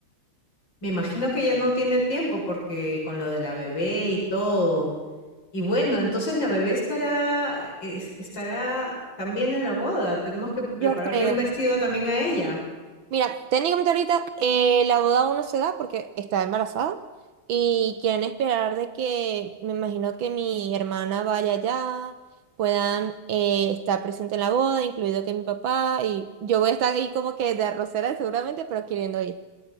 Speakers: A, on the left; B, on the right.
A: Me imagino que ya no tiene tiempo porque con lo de la bebé y todo. Y bueno, entonces la bebé estará, es- estará también en la boda. Tenemos que prepararle
B: Yo creo.
A: un vestido también a ella.
B: Mira, técnicamente ahorita eh, la boda aún no se da porque está embarazada y quieren esperar de que, me imagino que mi hermana vaya allá, puedan eh, estar presente en la boda, incluido que mi papá, y yo voy a estar ahí como que de arrocera seguramente, pero queriendo ir.